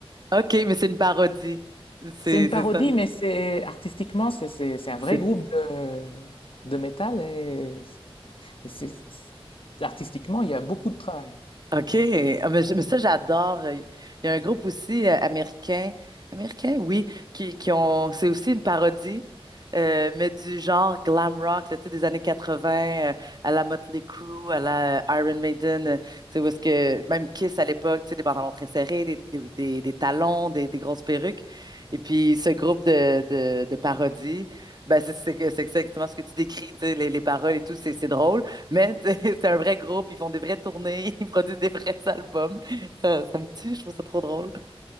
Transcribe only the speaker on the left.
C'est
une parodie,
mais c'est artistiquement, c'est c'est- c'est un vrai
groupe de, de métal et, et c'est artistiquement, il y a beaucoup de travail.